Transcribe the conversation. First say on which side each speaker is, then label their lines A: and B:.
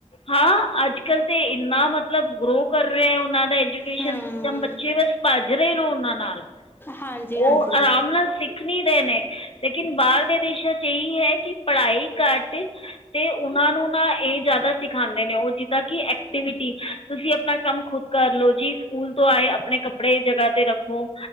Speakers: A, on the left; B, on the left.
A: ਹਾਂ ਅੱਜ ਕੱਲ੍ਹ ਤੇ ਇੰਨਾ ਮਤਲਬ ਗਰੋ ਕਰ ਰਹੇ ਐ ਉਹਨਾਂ ਐਜੂਕੇਸ਼ਨ
B: ਹਮ
A: ਸਿਸਟਮ ਬੱਚੇ ਬਸ ਭੱਜ ਰਹੇ ਨੇ ਉਹਨਾਂ ਨਾਲ
B: ਹਾਂਜੀ
A: ਉਹ
B: ਹਾਂਜੀ
A: ਆਰਾ <unintelligible> ਦੇਣੇ ਲੇਕਿਨ ਬਾਹਰ ਦੇ ਦੇਸ਼ਾਂ ਚ ਇਹੀ ਹੈ ਕਿ ਪੜਾਈ ਘੱਟ ਤੇ ਉਨਾਂ ਨੂੰ ਨਾ ਇਹ ਜਿਆਦਾ ਸਿਖਾਉਂਦੇ ਨੇ ਉਹ ਜਿੱਦਾਂ ਕਿ ਐਕਟੀਵਿਟੀ ਤੁਸੀਂ ਆਪਣਾ ਕੰਮ ਖੁਦ ਕਰ ਲਓ ਜੀ ਸਕੂਲ ਤੋਂ ਆਏ ਆਪਣੇ ਆਪਣੀ ਜਗਹਾ ਤੇ ਰੱਖੋ